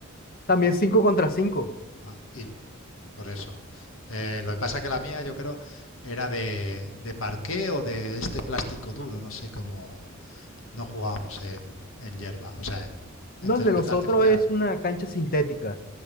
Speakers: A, on the left; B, on the left.
A: También cinco contra 5
B: Ah, y, Por eso. Eh, lo que pasa que la mía, yo creo, era de, de parqué o de este plástico duro, no sé cómo. No jugábamos en, en hierba, o sea, en,
A: donde
B: en césped
A: nosotros
B: artificial.
A: es una cancha sintética.